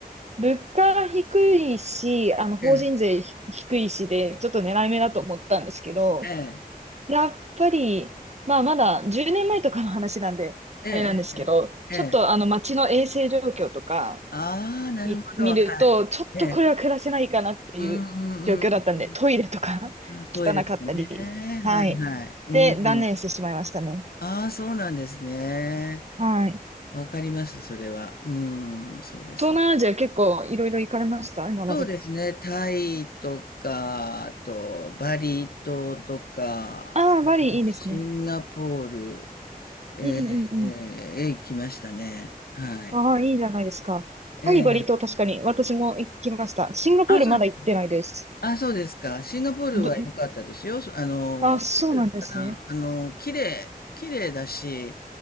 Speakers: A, on the right; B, on the left.
A: 物価低いし、あの、法人税ひ低いしで、
B: ええ、
A: ちょっと狙い目だと思ったんですけど、
B: ええ、
A: やっぱり、まあ、まだ10年前とかの話なんで、
B: ええええええ、
A: あれなんですけど、
B: ええええ
A: ちょっとあの、街の衛生状況とか
B: ああ、なるほど、
A: 見、見ると、
B: はい、
A: ちょっとこれは暮らせないかなっていう状況だったんで、
B: ええ。うんうんうんうん
A: トイレとか
B: うん。
A: <laughs>
B: あ、トイレとかね、
A: 汚かったり、はい。
B: はいはい。うんうん。
A: で、断念してしまいましたね。
B: ああ、そうなんですね。
A: はい。
B: わかります、それは。うん、そうです。
A: 東南アジア結構いろいろ行かれました今まで。
B: そうですね、タイとか、あとバリ島とか、
A: ああ、バリいいですね。
B: シンガポール、ええ、
A: うんうんうん。
B: えー行きましたね。はい。
A: ああ、いいじゃないですか。
B: ええ。
A: タイバリ島確かに私も行きました。シンガポールまだ行ってないです。
B: あ、そう、あ、そうですか。シンガポールは良かったですよ。
A: ど、
B: そあの、
A: あ、そうなんですね。
B: なんていうのかな。あの、綺麗、綺麗だし、